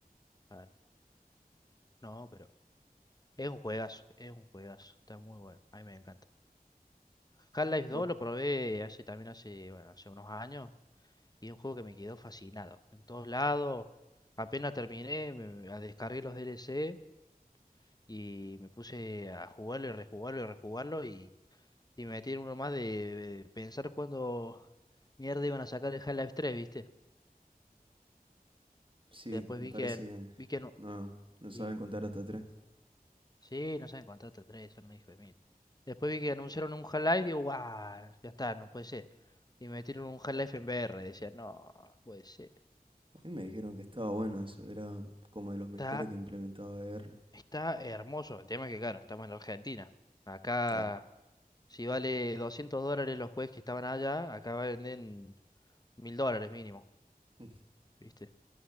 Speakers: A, on the left; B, on the right.
A: Claro. No, pero. Es un juegazo. Es un juegazo. Está muy bueno. A mí me encanta. Half-Life
B: Vos,
A: 2 lo probé hace también hace, bueno, hace unos años. Y es un juego que me quedó fascinado. En todos lados. Apenas terminé, me, me- descargué los DLC. y me puse a jugarlo y rejugarlo y rejugarlo y, y me metí en uno más de, de pensar cuándo mierda iban a sacar el Half-Life 3, ¿viste?
B: sí,
A: Después
B: me
A: vi
B: parece
A: que,
B: que
A: vi que no,
B: no, no saben
A: y-
B: contar hasta 3.
A: sí, no saben contar hasta 3, son un hijo de mil. Después vi que anunciaron un Half-Life y digo, guau, ya está, no puede ser. Y me metieron un Half-Life en VR, decía, no, no puede ser.
B: A mí me dijeron que estaba bueno eso. Era como de los mejores
A: Está,
B: que implementaba R.
A: está hermoso, el tema es que claro, estamos en Argentina. Acá,
B: Claro.
A: si vale 200 dólares los juegos que estaban allá, acá venden mil dólares mínimo.
B: <laughs>
A: ¿viste?